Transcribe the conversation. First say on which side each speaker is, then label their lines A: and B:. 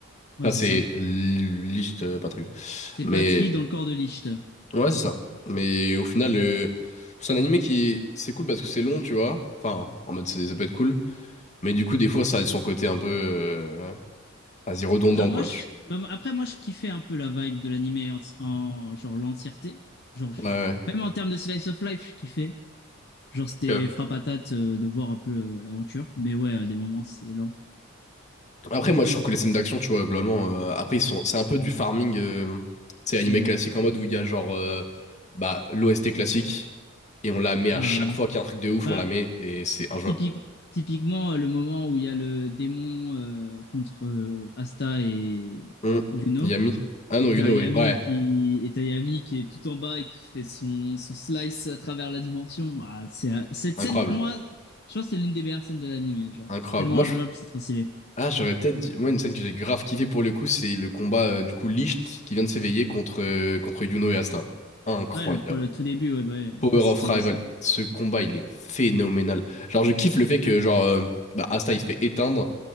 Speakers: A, on the left; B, on the left.
A: Ouais,
B: Ça,
A: c'est
B: c'est
A: ça.
B: Licht euh, pas très bien.
A: C'est
B: Mais
A: Patri dans le corps de Licht.
B: ouais, c'est ça. Mais au final, euh, c'est un animé qui c'est cool parce que c'est long, tu vois. Enfin, en mode, c'est- ça peut être cool. Mais du coup, des fois, ça a son côté un peu euh, vas-y, redondant,
A: Bah, moi,
B: quoi.
A: je-
B: Tu-
A: bah, après, moi, je kiffais un peu la vibe de l'animé en, en- genre l'entièreté. Genre, je-
B: Ouais,
A: même en termes de slice of life, je kiffais. Genre, c'était
B: ouais. Ok.
A: frappe frappatate euh, de voir un peu euh, l'aventure. Mais ouais, à des moments, c'est lent.
B: Après, moi, je trouve que les scènes d'action, tu vois, globalement, euh, après, ils sont, c'est un peu du farming. euh, c'est
A: Dora,
B: animé classique
A: ouais.
B: en mode où il y a genre euh, bah, l'OST classique et on la met
A: bah.
B: à chaque fois qu'il y a un truc de ouf,
A: Bah,
B: on la met et c'est injouable.
A: Typique- typiquement, euh, le moment où il y a le démon euh, contre euh, Asta et
B: Hum,
A: Yuno,
B: Yami? Ah
A: et
B: non, you
A: t'as
B: know,
A: Yami
B: ouais. Ouais,
A: qui, et t'as Yami qui est tout en bas et qui fait son, son slice à travers la dimension. Ah, c'est, euh, cette
B: incroyable.
A: scène, pour moi, je pense que c'est l'une des meilleures scènes de l'anime. Genre,
B: Incroyable.
A: c'est tellement
B: Moi,
A: injouable,
B: je-
A: c'est trop stylé.
B: ah, j'aurais peut-être dit- Moi, une scène que j'ai grave kiffé pour le coup, c'est le combat euh, du coup Licht qui vient de s'éveiller contre, euh, contre Yuno et Asta. Incroyable.
A: Ouais, le, pro- le tout début, ouais, bah ouais,
B: Power
A: je vois, c'est
B: of
A: stylé
B: Rival,
A: ça.
B: ce combat il est phénoménal. Genre je kiffe le fait que genre euh, bah, Asta il se fait éteindre,